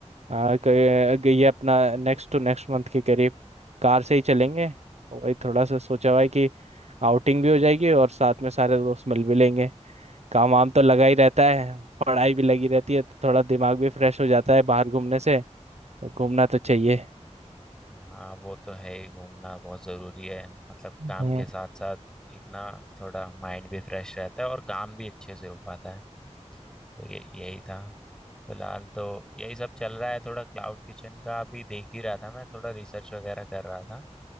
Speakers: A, on the right; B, in the centre.
A: हाँ क- ये अपना नेक्स्ट टू नेक्स्ट मंथ के करीब कार से ही चलेंगे तो वही थोड़ा सा सोचा हुआ है कि आउटिंग भी हो जाएगी और साथ में सारे दोस्त मिल भी लेंगे काम वाम तो लगा ही रहता है पढ़ाई भी लगी रहती है तो थोड़ा दिमाग भी फ्रेश हो जाता है बाहर घूमने से तो घूमना तो चाहिए
B: हाँ वो तो है ही घूमना बहुत जरूरी है मतलब काम
A: हम्म,
B: के साथ साथ एक ना थोड़ा माइंड भी फ्रेश रहता है और काम भी अच्छे से हो पाता है तो ये यही था फिलहाल तो यही सब चल रहा है थोड़ा क्लाउड किचन का अभी देख ही रहा था मैं थोड़ा रिसर्च वगैरह कर रहा था